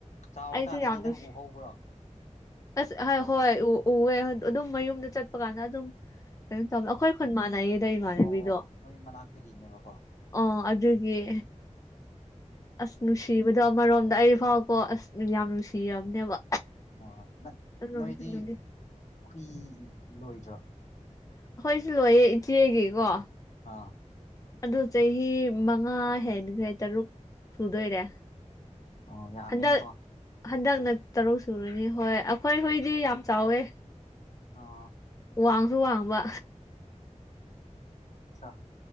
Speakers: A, on the left (about 65°); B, on the left (about 25°).
A: ꯆꯥꯎꯔꯀꯥꯟꯗꯗꯤ
B: ꯑꯩꯁꯨ ꯌꯥꯝ
A: ꯅꯪ
B: ꯅꯨꯡꯁꯤ
A: ꯎꯍꯧꯕ꯭ꯔꯣ
B: ꯑꯁ
A: ꯍꯨꯏꯗꯣ
B: ꯍꯣꯏ ꯎ ꯎꯋꯦ ꯑꯗꯨꯝ ꯃꯌꯨꯝꯗ ꯆꯠꯄ ꯀꯥꯟꯗ ꯑꯗꯨꯝ ꯀꯩꯅꯣ ꯇꯧ
A: ꯎꯝ
B: ꯑꯩꯈꯣꯏ ꯈꯨꯟ ꯃꯥꯟꯅꯩꯌꯦꯗ ꯏꯃꯥꯟꯅꯕꯤꯗꯣ
A: ꯑꯣ ꯑꯣ ꯅꯣꯏ ꯃꯅꯥꯛꯇꯒꯤꯅꯦꯕꯀꯣ
B: ꯑꯣ ꯑꯗꯨꯒꯤ ꯑꯁ ꯅꯨꯡꯁꯤꯕꯗꯣ ꯑꯃꯔꯣꯝꯗ ꯑꯗ ꯑꯩ ꯐꯥꯎꯕꯀꯣ ꯑꯁ ꯌꯥꯝ ꯅꯨꯡꯁꯤꯔꯕꯅꯦꯕ
A: ꯑꯣ
B: ꯑꯗꯨ
A: ꯅꯣꯏꯗꯤ
B: ꯑꯩꯈꯣꯏꯁꯨ
A: ꯍꯨꯏ ꯂꯣꯏꯗ꯭ꯔꯣ
B: ꯑꯩꯈꯣꯏꯁꯨ ꯂꯣꯏꯌꯦ ꯏꯆꯦꯒꯤꯀꯣ
A: ꯑꯥ
B: ꯑꯗꯨ ꯆꯍꯤ ꯃꯉꯥ ꯍꯦꯟꯈ꯭ꯔꯦ ꯇꯔꯨꯛ ꯁꯨꯗꯣꯏꯔꯦ
A: ꯑꯣ ꯌꯥꯝꯃꯤꯅꯦꯀꯣ
B: ꯍꯟꯗꯛ ꯍꯟꯗꯛꯅ ꯇꯔꯨꯛ ꯁꯨꯔꯅꯤ ꯍꯣꯏ ꯑꯩꯈꯣꯏ ꯍꯣꯏꯗꯤ ꯌꯥꯝ ꯆꯥꯎꯋꯦ
A: ꯑꯥ
B: ꯋꯥꯡꯁꯨ ꯋꯥꯡꯕ
A: ꯑ